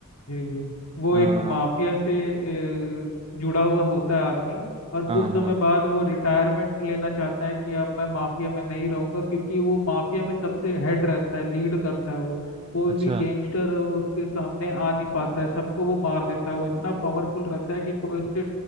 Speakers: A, on the left; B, on the right.
A: जी जी वो
B: हाँ
A: एक माफिया से अ, जुड़ा हुआ होता है आदमी और कुछ
B: हाँ
A: समय
B: हाँ
A: बाद वो रिटायरमेंट लेना चाहता है कि अब मैं माफिया में नहीं रहूंगा क्योंकि वो माफिया में सबसे हेड रहता है लीड करता है वो कोई
B: अच्छा
A: भी गैंगस्टर उसके सामने आ नहीं पाता है सबको वो मार देता है वो इतना पावरफुल रहता है कि कोई उससे